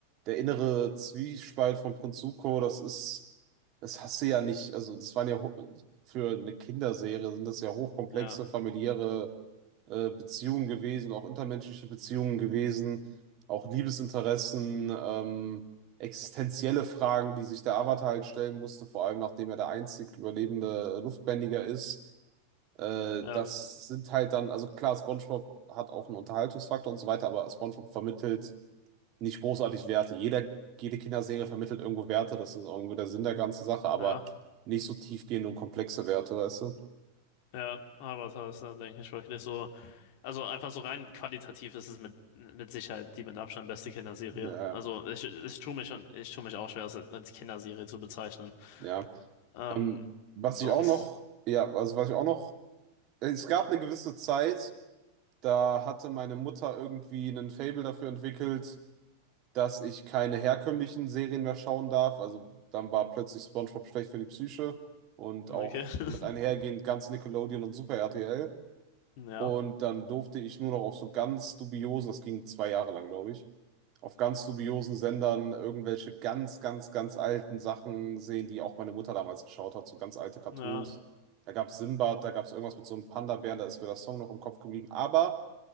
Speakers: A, on the right; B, on the left.
A: der innere Zwiespalt von Prinz Zuko, das ist, das hast du ja nicht, also das waren ja ho- für eine Kinderserie sind das ja hochkomplexe
B: Ja,
A: familiäre äh, Beziehungen gewesen, auch intermenschliche Beziehungen gewesen, auch Liebesinteressen, ähm, existenzielle Fragen, die sich der Avatar halt stellen musste, vor allem nachdem er der einzig überlebende Luftbändiger ist. Äh,
B: ja,
A: das sind halt dann, also klar, SpongeBob hat auch einen Unterhaltungsfaktor und so weiter, aber SpongeBob vermittelt nicht großartig Werte. Jeder, jede Kinderserie vermittelt irgendwo Werte, das ist irgendwie der Sinn der ganzen Sache,
B: ja,
A: aber nicht so tiefgehende und komplexe Werte, weißt du?
B: ja. Aber das ist dann, denke ich, wirklich so. Also einfach so rein qualitativ ist es mit, mit Sicherheit die mit Abstand beste Kinderserie.
A: Ja,
B: Also ich, ich tue mich schon, ich tue mich auch schwer, es als Kinderserie zu bezeichnen.
A: ja.
B: Ähm,
A: Ähm, was
B: sonst?
A: ich auch noch, ja, also was ich auch noch, es gab eine gewisse Zeit, da hatte meine Mutter irgendwie einen Faible dafür entwickelt, dass ich keine herkömmlichen Serien mehr schauen darf. Also dann war plötzlich SpongeBob schlecht für die Psyche und auch
B: Okay.
A: mit einhergehend
B: <laughs>
A: ganz Nickelodeon und Super RTL.
B: Ja,
A: Und dann durfte ich nur noch auf so ganz dubiosen, das ging zwei Jahre lang, glaube ich, auf ganz dubiosen Sendern irgendwelche ganz, ganz, ganz alten Sachen sehen, die auch meine Mutter damals geschaut hat, so ganz alte Cartoons.
B: ja,
A: Da gab es Sinbad, da gab es irgendwas mit so einem Panda-Bären, da ist mir der Song noch im Kopf geblieben. Aber